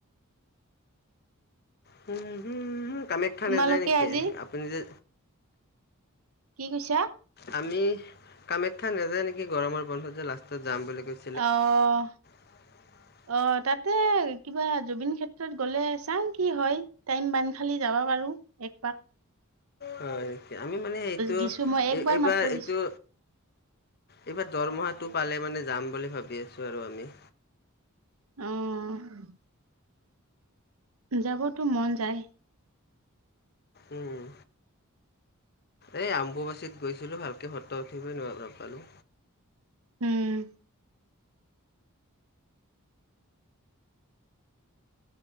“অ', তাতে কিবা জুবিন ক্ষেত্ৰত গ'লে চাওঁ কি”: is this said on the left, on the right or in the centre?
Right